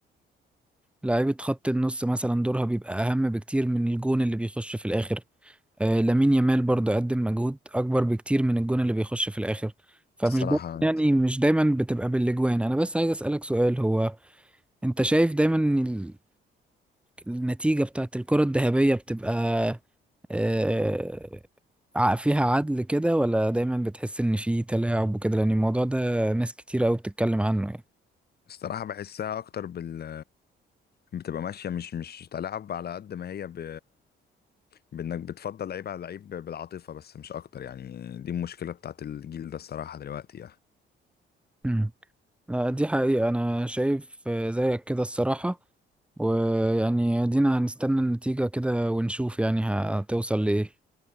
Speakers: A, in the centre; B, on the left (about 55°).
A: لعيبة خط النص مثلا دورها بيبقى أهم بكتير من الجون اللي بيخش في الآخر آه لامين يامال برضه قدم مجهود أكبر بكتير من الجون اللي بيخش في الآخر فمش
B: الصراحه
A: دايما يعني مش دايما بتبقى بالأجوان أنا بس عايز أسألك سؤال هو أنت شايف دايما ال- النتيجة بتاعت الكرة الذهبية بتبقى آه ع- فيها عدل كده ولا دايما بتحس إن في تلاعب وكده لأن الموضوع ده ناس كتير أوي بتتكلم عنه
B: الصراحه بحسها اكتر بال بتبقى ماشيه مش مش تلعب على قد ما هي ب... بانك بتفضل لعيب على لعيب بالعاطفه بس مش اكتر يعني دي المشكله بتاعت الجيل ده الصراحه دلوقتي يعني
A: يعني لا، دي حقيقة أنا شايف آه، زيك كده الصراحة ويعني دينا هنستنى النتيجة كده ونشوف يعني هتوصل لإيه